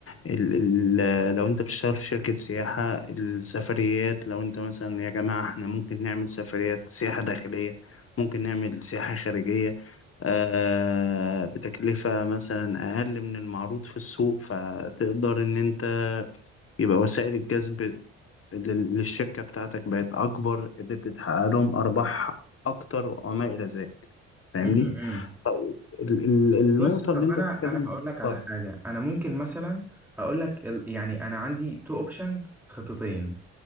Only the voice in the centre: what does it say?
امم، امم.
بص طب
انا
انا هقول لك
على حاجه انا ممكن مثلا اقول لك ال- يعني انا عندي تو اوبشن خطتين